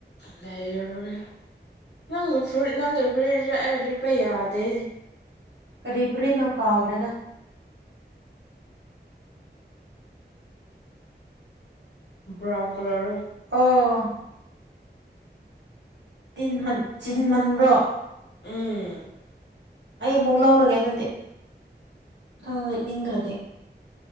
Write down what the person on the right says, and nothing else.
ꯀꯔꯤ ꯐꯨꯔꯤꯠꯅꯣ ꯀꯥꯎꯒꯔꯦꯗ
ꯑꯣ ꯇꯤꯟ ꯍꯟ ꯆꯤꯟꯃꯟꯕ꯭ꯔꯣ
ꯑꯩ ꯑꯃꯨꯛ ꯂꯧꯔꯒꯦ ꯑꯗꯨꯗꯤ ꯅꯪ ꯂꯤꯠꯅꯤꯡꯗ꯭ꯔꯗꯤ